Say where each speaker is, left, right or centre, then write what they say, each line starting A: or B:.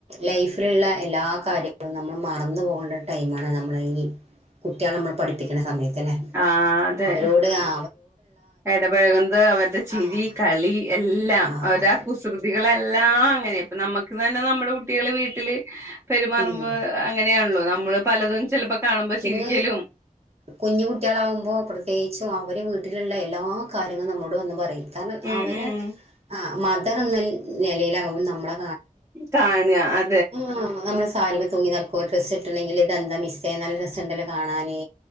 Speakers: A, on the right; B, on the right.
A: ലൈഫ് ള്ള എല്ലാ കാര്യങ്ങളും നമ്മള് മറന്നു പോകേണ്ട ടൈമാണ് നമ്മളെ ഈ ഒക്കെയാ നമ്മൾ പഠിപ്പിക്കുന്ന സമയത്തല്ലേ
B: ആഹ് അതെ
A: അവരോട് അ
B: ഇടപഴകുന്നത് അവരുടെ ചിരി
A: ആഹ്
B: കളി എല്ലാം
A: ആഹ്
B: അവരുടെ
A: അതെ
B: കുസൃതികളെല്ലാം അങ്ങനെ ഇപ്പൊ നമ്മുക്ക് തന്നെ നമ്മടെ കു കുട്ടികള് വീട്ടില് പെരുമാറുമ്പോൾ
A: ഉം
B: അങ്ങനെ ആണല്ലോ ന മ്മള് പലതും ചിലപ്പോ കാണുമ്പോ
A: പിന്നെ
B: ചിരിക്കലും
A: കുഞ്ഞു കുട്ടികളാവുമ്പോ പ്രത്യേകിച്ചും അവര് വീട്ടി ട്ടിലുള്ള എല്ലാ കാര്യങ്ങളും നമ്മോട് വന്ന് പറയും കാരണം
B: ഉം
A: അവരേ
B: ഉം
A: ആഹ് മദർ എന്ന നിലയിൽ ആവും നമ്മളെ
B: കാണുക അ
A: ഉം ന സാരിമേൽ തൂങ്ങി നടക്കു ഒരു ഡ്രസ്സ് ഇട്ടിട്ടുണ്ടങ്കിൽ ഇത് എന്താ മിസ്സേ നല്ല രസണ്ടല്ലോ ഉണ്ടല്ലോ കാണാന്